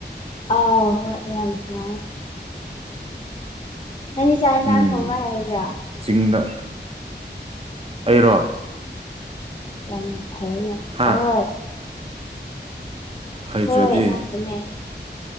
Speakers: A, on the left; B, on the right.
A: ꯑꯧ ꯍꯣꯏ ꯌꯥꯝ ꯅꯨꯡꯉꯥꯏ꯫ ꯅꯪꯗꯤ ꯆꯥꯛ ꯌꯦꯟꯁꯥꯡ
B: ꯎꯝ꯫
A: ꯊꯣꯡꯕ ꯍꯩꯕ꯭ꯔꯥ
B: ꯆꯤꯡꯗ ꯑꯩꯔꯣ꯫
A: ꯌꯥꯝ ꯐꯩꯅꯦ
B: ꯍꯥ
A: ꯑꯣꯏ꯫
B: ꯍꯩꯇ꯭ꯔꯗꯤ
A: ꯍꯣꯏ ꯅꯪꯕꯨꯅꯦ꯫